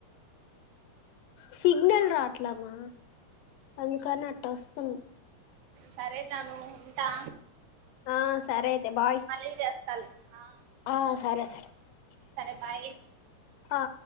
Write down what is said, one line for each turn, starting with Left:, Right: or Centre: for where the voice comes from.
Left: సిగ్నల్ రాట్లమ్మా అందుకని ఆటోస్తుంది
Right: సర జాను ఉంటా
Left: ఆ సరే అయితే బాయ్
Right: మళ్ళీ చేస్తాలే ఆ
Left: ఆ సరే సరే
Right: సరే బాయ్
Left: ఆ